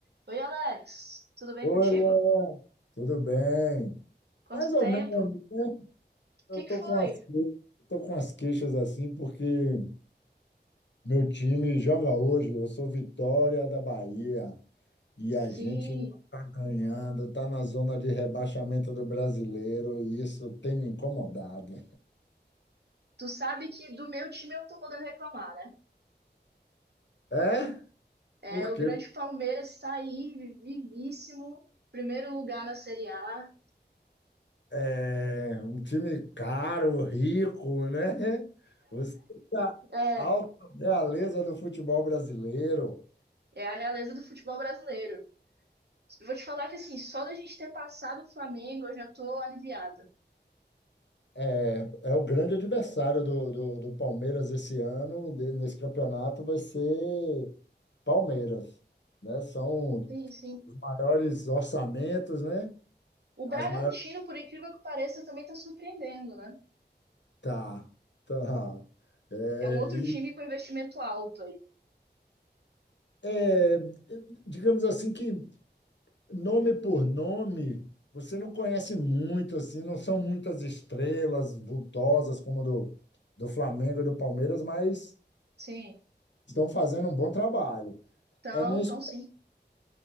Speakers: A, on the right (about 65°); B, on the left (about 80°).
A: Oi, Alex, tudo bem
B: Oi,
A: contigo?
B: Luan. Tudo bem?
A: Quanto
B: Mais ou
A: tempo?
B: menos,
A: O
B: né? Eu
A: que
B: tô
A: que foi?
B: com as, eu tô com as queixas assim porque meu time joga hoje. Eu sou Vitória da Bahia e a
A: Sim,
B: gente não tá ganhando, tá na zona de rebaixamento do Brasileiro e isso tem me incomodado.
A: tu sabe que do meu time eu não tô podendo reclamar, né?
B: É?
A: É,
B: Porque
A: o grande Palmeiras está aí, vivíssimo, primeiro lugar na Série A.
B: é um time caro, rico, né? Você tá
A: É,
B: alta realeza do futebol brasileiro.
A: é a realeza do futebol brasileiro. Eu vou te falar que, assim, só da gente ter passado o Flamengo eu já tô aliviada.
B: É, é o grande adversário do, do, do Palmeiras esse ano, de- nesse campeonato, vai ser Palmeiras, né? São
A: Sim, sim.
B: os maiores orçamentos, né?
A: O
B: As
A: Bragantino,
B: maiores.
A: por incrível que pareça, também tá surpreendendo, né?
B: Tá, tá. É,
A: É um outro
B: e,
A: time com investimento alto aí.
B: é, digamos assim que nome por nome, você não conhece muito, assim, não são muitas estrelas vultosas como a do, do Flamengo e do Palmeiras, mas
A: Sim,
B: estão fazendo um bom trabalho.
A: então,
B: É minha, esp-
A: então sim.